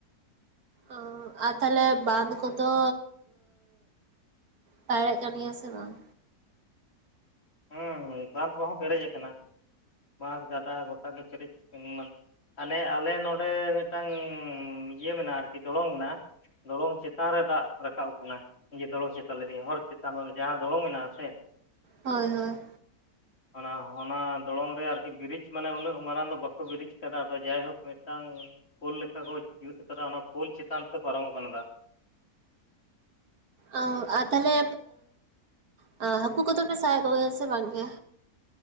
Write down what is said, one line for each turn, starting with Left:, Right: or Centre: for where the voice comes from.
Right: ᱚᱸ ᱟᱨ ᱛᱟᱦᱞᱮ ᱵᱟᱸᱫᱷ ᱠᱚ ᱫᱚ ᱯᱟᱭᱲᱮᱜ ᱠᱟᱱ ᱜᱮᱭᱟ ᱥᱮ ᱵᱟᱝ
Left: ᱦᱩᱸ ᱦᱩᱸ ᱵᱟᱸᱫᱷ ᱠᱚᱦᱚᱸ ᱯᱮᱨᱮᱡ ᱟᱠᱟᱱᱟ ᱵᱟᱸᱫᱷ ᱜᱟᱰᱟ ᱜᱚᱴᱟ ᱜᱮ ᱪᱮᱨᱮᱡ ᱡᱮᱯᱮᱡ ᱟᱞᱮ ᱟᱞᱮ ᱱᱚᱸᱰᱮ ᱢᱤᱫ ᱴᱟᱝ ᱤᱭᱟᱹ ᱢᱮᱱᱟᱜ-ᱟ ᱟᱨᱠᱤ ᱫᱚᱬᱚᱝ ᱢᱮᱱᱟᱜ-ᱟ ᱫᱚᱲᱚᱝ ᱪᱮᱛᱟᱱ ᱨᱮ ᱫᱟᱜ ᱨᱟᱠᱟᱵ ᱟᱠᱟᱱᱟ ᱡᱮ ᱫᱚᱲᱚᱝ ᱪᱮᱛᱟᱱ ᱞᱟᱹᱭ ᱫᱟᱹᱧ ᱦᱚᱨ ᱪᱮᱛᱟᱱ ᱡᱟᱦᱟᱸ ᱫᱚᱲᱚᱝ ᱢᱮᱱᱟᱜ-ᱟ ᱥᱮ
Right: ᱦᱳᱭ ᱦᱳᱭ
Left: ᱚᱱᱟ ᱚᱱᱟ ᱫᱚᱲᱚᱝ ᱨᱮ ᱟᱨᱠᱤ ᱵᱨᱤᱡᱽ ᱢᱟᱱᱮ ᱩᱱᱟᱹᱜ ᱢᱟᱨᱟᱝ ᱫᱚ ᱵᱟᱠᱚ ᱵᱨᱤᱡᱽ ᱟᱠᱟᱫᱟ ᱟᱫᱚ ᱡᱟᱭᱦᱳᱠ ᱢᱤᱫᱴᱟᱝ ᱯᱳᱞ ᱞᱮᱠᱟ ᱠᱚ ᱡᱩᱛ ᱟᱠᱟᱫᱟ ᱚᱱᱟ ᱯᱳᱞ ᱪᱮᱛᱟᱱ ᱛᱮ ᱯᱟᱨᱚᱢᱚᱜ ᱠᱟᱱᱟ ᱫᱟᱜ
Right: ᱚᱸ ᱟᱨ ᱛᱟᱦᱚᱼᱞᱮ ᱚᱸ ᱦᱟᱹᱠᱩ ᱠᱚ ᱫᱚ ᱯᱮ ᱥᱟᱵ ᱮ ᱠᱚᱜᱮᱭᱟ ᱥᱮ ᱵᱟᱝ ᱜᱮ